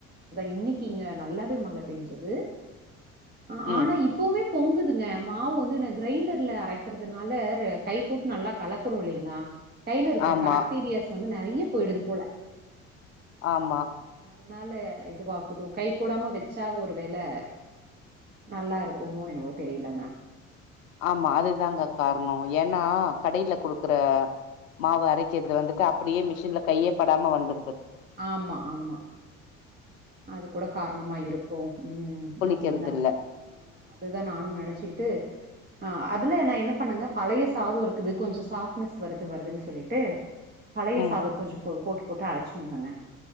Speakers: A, on the right; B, on the left.
A: இன்னிக்கு இங்க நல்லாவே மழ பெஞ்சது ஆ
B: ம்
A: ஆனா இப்பவுமே பொங்குதுங்க மாவு வந்து என்ன கிரைண்டர்ல அரைக்கறிதுனால கை போட்டு நல்லா கலக்குறோ இல்லிங்களா கையில இருக்கிற
B: ஆமா
A: பாக்டீரியாஸ் வந்து நெறைய போயிடுது போல
B: ஆமா
A: அதனால இதுவாகுதோ கை போடாம வச்சா ஒரு வேலை நல்லா இருக் குமோ என்னவோ தெரிலங்க
B: ஆமா அதுதாங்க காரணம் ஏன்னா கடையில குடுக்குற மாவு அரைக்கிறது வந்துட்டு அப்டியே மிஷின்ல கையேப்படாம வந்து
A: ஆமா ஆமா அது கூட காரணமா இருக்கும் ம்
B: புளிக்கிறது
A: அப்பு தா
B: இல்ல
A: அதுதா நானும் நினைச்சிட்டு ஆ அதுல நான் என்ன பண்ணுங்க பழைய சாதம் இருக்குது கொஞ்சம் சாஃட்னஸ் வருது வருதுன்னு சொல்லிட்டு பழைய
B: ம்
A: சாதம் கொஞ்சோ போ போட்டு போட்டு அரைச்சுன் தானே